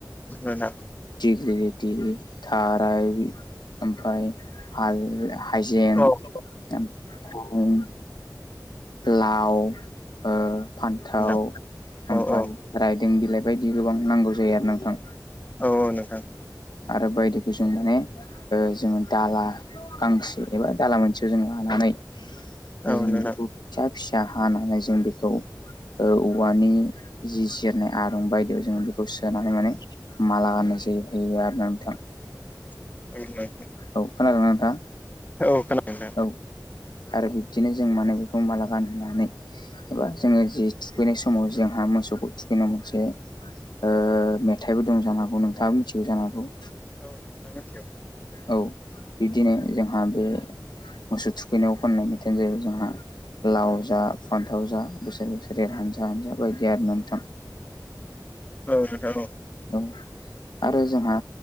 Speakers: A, on the left; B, on the left.
A: मोजां
B: दिगलिलिटि थाराय ओमफ्राय हा हाइजें
A: औ
B: ओमफाय लाव ओ फान्थाव
A: नोंथां
B: ओमफाय
A: औ औ
B: रायदों बिलाइ बायदि गोबां नांगौ जायो आरोना नोंथां
A: औ औ नोंथां
B: आरो बायदिखौ जों माने ओ जोङो दाला गांसे एबा दाला मोनसेयाव जों लानानै
A: औ
B: जों
A: नोंथां
B: बेखौ फिसा फिसा हानानै जों बेखौ ओ औवानि जि सेरनाय आरं बायदियाव जों बे खौ सोना होनानै माला गानहोनाय जायो होयो आरो ना नोंथां
A: <unintelligible>
B: औ खोनादोंना नोंथाङा?
A: औ खोनादों नोंथां
B: औ आरो बिब्दिनो जों माने बेखौ माला गानहोनानै एबा जोङो जि थुखैनाय समाव जोंहा मोसौखौ थुखैनांगौ मोनसे ओ मेथाइबो दं जानो हागौ नोंथाङाबो मिथिगौ जानो हागौ
A: औ नोंथां मिथियो
B: औ बिब्दिनो जोंहा बे मोसौ थु बेनियाव खननाय मेथाइयानो जाहैबाय जोंहा लाव जा फान्थाव जा बोसोर बोसोर एर हानजा हानजा हानजा बायदि आरो नोंथां।
A: औ नोंथां औ।
B: औ आरो जोंहा